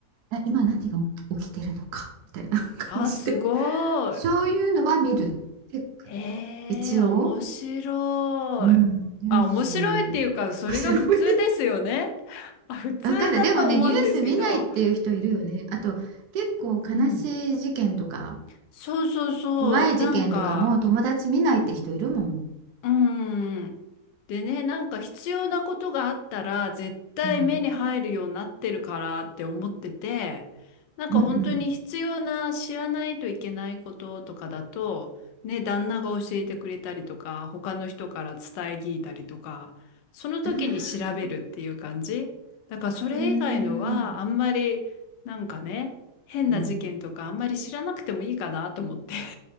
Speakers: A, on the right; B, on the left.
A: あ今何が起きてるのかみたいな感じで
B: あ、すごい。
A: そういうのは見るチェック
B: へえ、
A: 一応
B: 面白い。
A: うんニュー
B: あ、面白いっていうか、
A: ス面白い
B: それが普通ですよね。あ、普通だと思うんですけど。
A: 分かんないでもねニュース見ないっていう人いるよねあと結構悲しい事件とか
B: うん。そうそうそう。
A: 怖い事件とかも友達見ないって人いるもん。
B: なんか、うん。でね、なんか必要なことがあったら絶対目に入るようになってるからって思ってて、
A: うん。
B: なんか本当に必要な知らないといけないこととかだと、
A: うんうんうん。
B: ね、旦那が教えてくれたりとか、他の人から伝え聞いたりとか、その時に調べるっていう感じ。
A: ああ
B: だからそれ以外のはあんまりなんかね、
A: うーん。
B: 変な事件とかあんまり知らなくてもいいかなと思って。
A: うん。